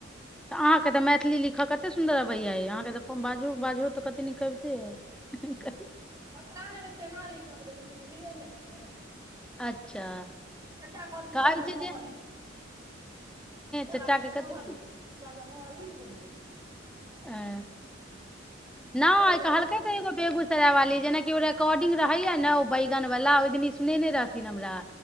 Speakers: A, in the centre; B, on the right.
A: तऽ अहाँके तऽ मैथिली लिख कतेक सुन्दर अबै ये अहाँके तऽ बाजूहु बाजूहु तऽ कते निक अबैत अए
B: पता नइ तेना लिखके रहै से बुझलियै नै ह
A: अच्छा
B: चचा कहलखीन
A: कहै
B: सबमे
A: छै
B: हां
A: जे
B: हां लिखिहि ए हमरा
A: चचाके
B: कहलखीन
A: कतऽ
B: हा हा लिखइ ले त हा हा लिख दलिये
A: एह नहि
B: एगोमे
A: कहलकई त एगो बेगूसराय वाली जेनाकि ओ रेकॉर्डिंग रहेया ने ओ बैगन वाला ओहि दिन ई सुनेने रहथिन हमरा